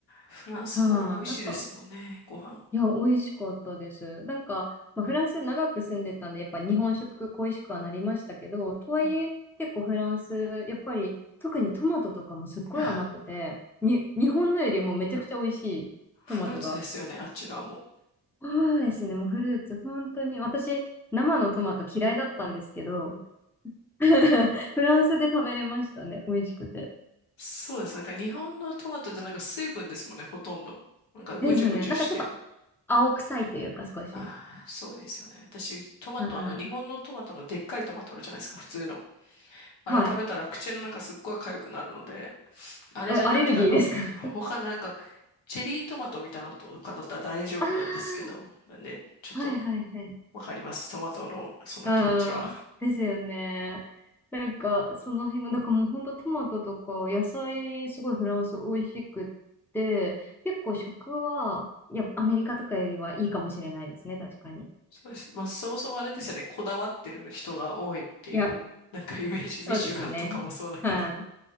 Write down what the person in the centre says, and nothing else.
はい、なんか、
いや、美味しかったです。なんか、まあ、フランス長く住んでたんで、やっぱ日本食恋しくはなりましたけど、とはいえ結構フランス、
やっぱり特にトマトとかもすっごい甘くて、
に、日本のよりもめちゃくちゃ美味しいトマトが
そうですね。もうフルーツ、本当に、私、生のトマト嫌いだったんですけど、<laughs> フランスで食べれましたね。美味しくて。
ですね。なんかちょっと青臭いというか、少し。
はい。
はい。
えアレルギーですか <laughs>
あ
あ、はいはいはい。
ああ、ですよね。なんか、その辺が、だからもう本当トマトとか野菜、すごいフランス美味しくって、結構食は、やっぱアメリカとかよりはいいかもしれないですね、確かに。
いや、
そうですね。
はい。